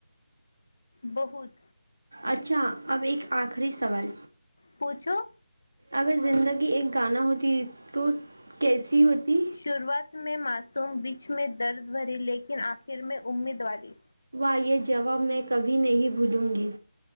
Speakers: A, on the left; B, on the right.
A: بہت
B: اچھا اب ایک آخری سوال
A: پوچھو
B: اگر زندگی ایک گانا ہوتی تو کیسی ہوتی
A: شروعات میں معاصوم بیچ میں درد بھری لیکن آخر میں امید والی
B: واہ یہ جواب میں کبھی نہیں بھولوں گی